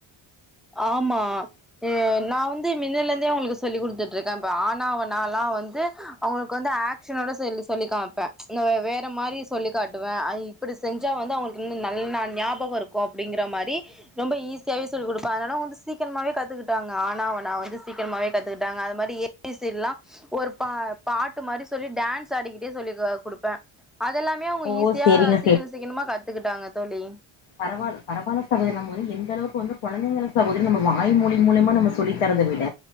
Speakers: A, in the centre; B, on the left (about 90°).
A: ஆமா எ நா வந்து மின்னல இருந்தே அவங்களுக்கு சொல்லி குடுத்துட்டு இருக்கே இப்ப ஆ னா ஆ வனாலா வந்து அவங்களுக்கு வந்து ஆ க்ஷனலா சொல்லி சொல்லி காம்ப்பே இந்த வே வேற மாரி சொல்லி காட்டுவே அ இப்டி செஞ்சா வந்து அவங்களுக் கு நல்லா ஞாபகோ இருக்கு அப்டிங்கிற மாரி ரொம்ப ஈஸியாவே சொல்லிக் குடு ப்ப அதனால வந்து சீக்கிரமாவே கத்துக்கிட்டாங்க அ னா ஆ வனா வந்து சீக்கிரமாகவே கத்துக்கிட்டாங்க அது மாரி ஏ பி சி டி லா ஒரு பா பாட்டு மாரி சொல்லி டான்ஸ் ஆடிக்கிட்டே சொல்லி கொ குடுப்பே அதெல்லாம் மே அவங்க
B: ஓ
A: ஈஸியா
B: செரிங்க
A: சீக்ர சீக்கரமா கத்துக்கிட்டாங்க தோழி.
B: பரவால பரவால சகோதரி நம்ம வந்து எந்த அளவுக்கு வந்து கொழந்தைங்கள சகோதரி நம்ம வாய் மொழி மூலமா நம்ம சொல்லித்தரத விட